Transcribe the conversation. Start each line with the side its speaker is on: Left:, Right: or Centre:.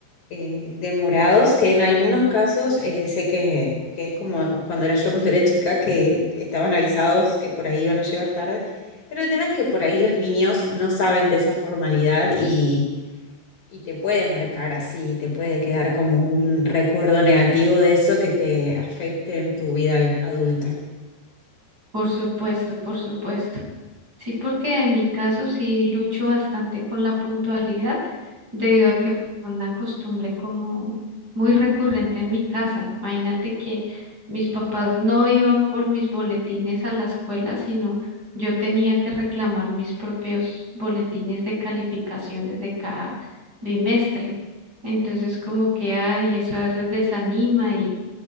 Left: eh, demorados, que en algunos casos eh, sé que, que es como cuando era yo <laughs> cuando era chica, que estaban avisados que por ahí iban a llegar tarde, pero el tema es que por ahí los niños no saben de esa formalidad y, y te puede marcar así, te puede quedar como un recuerdo negativo de eso que te afecte en tu vida adulta.
Right: Por supuesto, por supuesto. Sí, porque en mi caso sí lucho bastante con la puntualidad debido a que fue una costumbre como muy recurrente en mi casa. Imagínate que mis papás no iban por mis boletines a la escuela, sino yo tenía que reclamar mis propios boletines de calificaciones de cada bimestre. Entonces como que, ay, eso a veces desanima y,